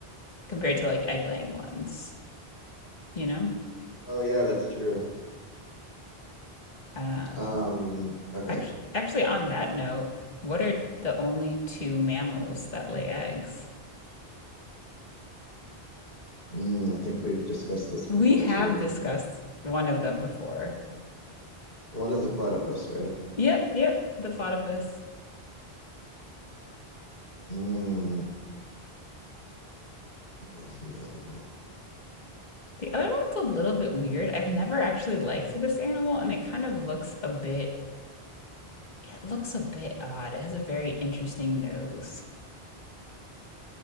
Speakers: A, on the left (about 45°); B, on the left (about 85°).
A: compared to like egg-laying ones, you know?
B: oh yeah, that's true.
A: Um
B: Um, okay.
A: actually actually on that note, what are the only two mammals that lay eggs?
B: Mm, I think we've discussed this before
A: We have
B: too.
A: discussed one of them before.
B: One is a platypus, right?
A: Yep, yep, the platypus.
B: Mm, what was the other one?
A: The other one's a little bit weird. I've never actually liked this animal and it kind of looks a bit it looks a bit odd. It has a very interesting nose.